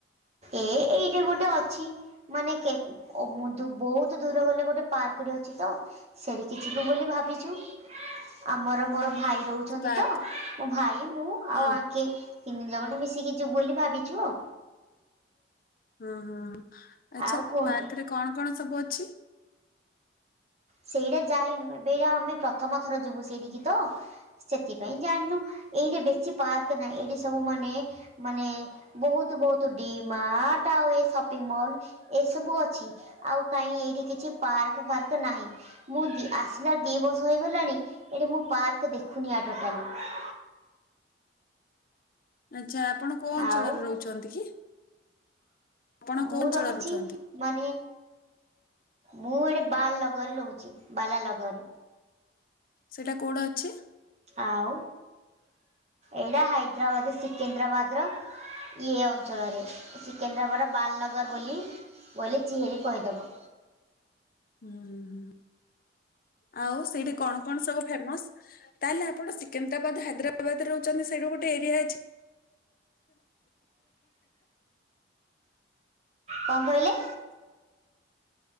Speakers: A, on the right; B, on the left.
A: ଏ ଏଇଠେ ଗୋଟେ ଅଛି। ମାନେ କେ ଉଁ ଓ ମୁଁ ଧୁ ବୋହୁତୁ ଦୂର ଗଲେ ଗୋଟେ ପାର୍କଟେ ଅଛି ତ ସେଡିକି ଯିବୁ ବୋଲି ଭାବିଛୁ ଆମର ମୋର ଭାଇ ଦଉଛନ୍ତି
B: ସେ ପାର୍କ
A: ତ ମୋ ଭାଇ ମୁଁ
B: ହଁ
A: ଆଉ ଆଙ୍କେ ତିନି ଜଣ ମିଶିକି ଯିବୁ ବୋଲି ଭାବିଛୁ ଆଉ।
B: ହଁ ହଁ ହଁ ଆଚ୍ଛା
A: ଆଉ କୁହନ୍ତୁ
B: ପାର୍କରେ କଣ କଣ ସବୁ ଅଛି?
A: ସେଇଟା ଯାହିନୁ ଏବେ ଏଇଟା ଆମେ ପ୍ରଥମ ଥର ଯିବୁ ସେଇଠିକି ତ ସେଥିପାଇଁ ଜାଣିନୁ ଏଇଠେ ବେଶୀ ପାର୍କ ନାହିଁ ଏଇଠେ ସବୁ ମାନେ ମାନେ ବୋହୁତୁ ବୋହୁତୁ ଡିମାର୍ଟ ଆଉ ଏ ସପିଙ୍ଗ୍ ମଅଲ୍ ଏସବୁ ଅଛି। ଆଉ କାଇଁ ଏଇଠେ କିଛି ପାର୍କ ଫାର୍କ ନାହିଁ। ମୁଁ ଦି ଆସିଲାର ଦି ବର୍ଷ ହେଇଗଲାଣି ଏଠି ମୁଁ ପାର୍କ ଦେଖୁନି ଆ ଟୋଟାଲି।
B: ଆଚ୍ଛା ଆପଣ କୋଉ ଅଞ୍ଚଳରେ
A: ଆଉ
B: ରହୁଛନ୍ତି କି? ଆପଣ
A: ମୁଁ
B: କୋଉ ଅଞ୍ଚଳରେ
A: ରହୁଛି
B: ରହୁଛନ୍ତି?
A: ମାନେ ମୁଁ ଏଇଠେ ବାଲନଗରରେ ରହୁଛି ବାଲାଲଗରରେ।
B: ସେଇଟା କୋଉଡେ ଅଛି?
A: ଆଉ ଏଇଡା ହାଇଦ୍ରାବାଦ ସିକିନ୍ଦ୍ରାବାଦ୍ରର ଇଏ ଅ ଞ୍ଚଳରେ ଏ ସିକିନ୍ଦ୍ରାବାଦ ବାଲନଗର ବୋଲି ବୋଇଲେ ଯିଏଲି କହିଦବ।
B: ଉଁ ହୁଁ ହୁଁ ଆଉ ସେଇଠେ କଣ କଣ ସବୁ ଫେମସ୍? ତାହେଲେ ଆପଣ ସିକନ୍ଦ୍ରାବାଦ ହାଇଦ୍ରାବାଦରେ ରହୁଛନ୍ତି ସେଇଠୁ ଗୋଟେ ଏରିଆ ଅଛି।
A: କଁ କହିଲେ?